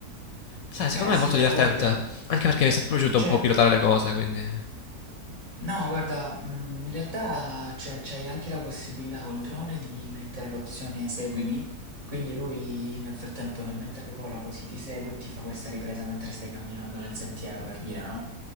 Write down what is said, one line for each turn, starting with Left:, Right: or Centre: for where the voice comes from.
Left: Sai,
Right: beh,
Left: secondo me
Right: sì,
Left: è molto divertente,
Right: ha voglia.
Left: anche perché mi è sempre piaciuto
Right: Cioè,
Left: un po' pilotare le cose, quindi...
Right: No, guarda, mm, in realtà c'è- c'hai anche la possibilità col drone di mettere l'opzione seguimi, quindi lui nel frattempo, nel mentre che vola, così ti segue e ti fa questa ripresa mentre stai camminando nel sentiero, per dire, no?